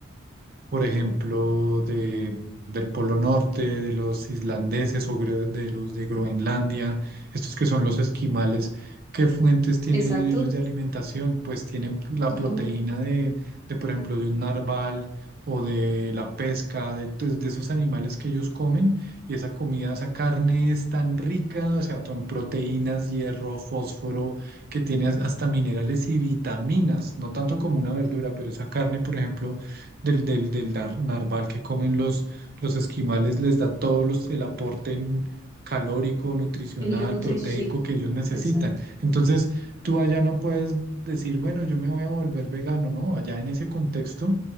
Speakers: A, on the right; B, on the right.
A: por ejemplo, de, del Polo Norte, de los islandeses o gre- de los de Groenlandia, estos que son los esquimales, ¿qué fuentes tienen
B: Exacto,
A: ellos de alimentación? Pues tienen la
B: no,
A: proteína de, de, por ejemplo, de un narval o de la pesca, de, pues, de esos animales que ellos comen, y esa comida, esa carne es tan rica, o sea, en proteínas, hierro, fósforo, que tiene hasta minerales y vitaminas, no tanto como una verdura, pero esa carne, por ejemplo, del, del, del nar- narval que comen los, los esquimales les da todo los, el aporte en- calórico, nutricional,
B: el- la nutrición,
A: proteico
B: sí, cl-
A: que ellos necesitan.
B: exacto,
A: Entonces, tú allá no puedes decir, bueno, yo me voy a volver vegano, no, allá en ese contexto,